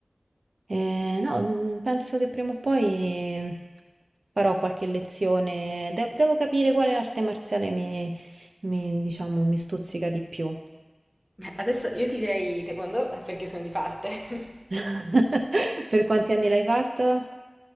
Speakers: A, on the right; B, in the centre.
A: Eh, no, mm, penso che prima o poi farò qualche lezione. De- devo capire quale arte marziale mi, mi, diciamo, mi stuzzica di più.
B: Beh, Adesso io ti direi taekwondo eh, perché sono di parte. <laughs>
A: <laughs> Per quanti anni l'hai fatto?